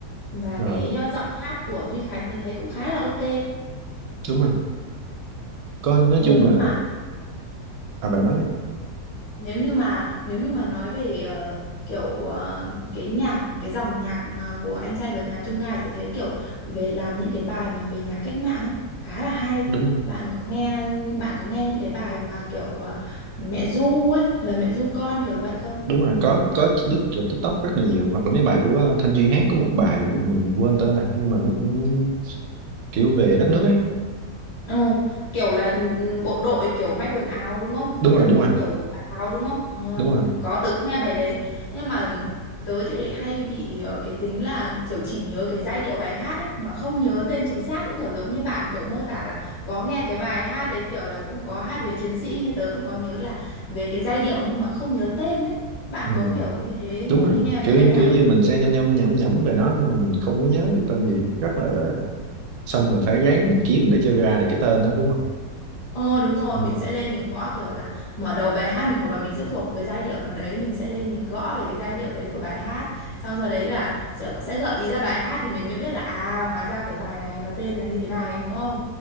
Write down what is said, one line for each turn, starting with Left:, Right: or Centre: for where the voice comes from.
Left: Và
Right: ờ,
Left: cái ờ, giọng hát của Duy Khánh tôi thấy cũng khá là ok
Right: đúng rồi có nói
Left: nếu
Right: chung
Left: như
Right: là
Left: mà
Right: à bạn nói đấy
Left: nếu như mà nếu như mà nói về ờ, kiểu ờ, cái nhạc cái dòng nhạc mà của anh trai vượt ngàn chông gai thì thấy kiểu về làm những cái bài mà về nhạc cách mạng ấy khá là hay
Right: đúng rồi
Left: bạn có nghe bạn có nghe những cái bài mà kiểu ờ, mẹ ru ấy lời mẹ ru con kiểu vậy không
Right: đúng rồi có có lướt trên TikTok rất là nhiều hoặc là mấy bài của ờ, Thanh Duy hát có một bài mình quên tên này nhưng mà nó cũng kiểu về đất nước ấy
Left: Ồ, kiểu là ừ, bộ đội kiểu may quần áo đúng không?
Right: đúng
Left: Tấm
Right: rồi đúng rồi
Left: kiểu áo đúng không? Ờ,
Right: đúng rồi
Left: có tớ cũng nghe bài đấy. Nhưng mà tớ thì lại hay bị ờ, cái tính là kiểu chỉ nhớ cái giai điệu bài hát ấy mà không nhớ tên chính xác cũng kiểu giống như bạn kiểu mô tả là có nghe cái bài hát đấy kiểu là cũng có hát về chiến sĩ như tớ cũng có nhớ là về cái giai điệu nhưng mà không nhớ tên ấy. Bạn
Right: ừ.
Left: có kiểu như thế
Right: đúng rồi
Left: khi nghe về
Right: kiểu
Left: ca nhạc
Right: kiểu
Left: không?
Right: như mình sẽ nhăm nhăm nhẩm nhẩm về nó nhưng mà mình không có nhớ được tên gì rất là xong mình phải ráng mình kiếm để cho ra được cái tên đó đúng không
Left: Ờ đúng rồi,
Right: đúng
Left: mình
Right: rồi
Left: sẽ lên mình gõ kiểu là mở đầu bài hát mình hoặc là mình sẽ thuộc một cái giai điệu nào đấy, mình sẽ lên mình gõ về cái giai điệu đấy của bài hát. Xong sau đấy là sẽ sẽ gợi ý ra bài hát thì mình mới biết là à hóa ra cái bài này nó tên là như thế này đúng không?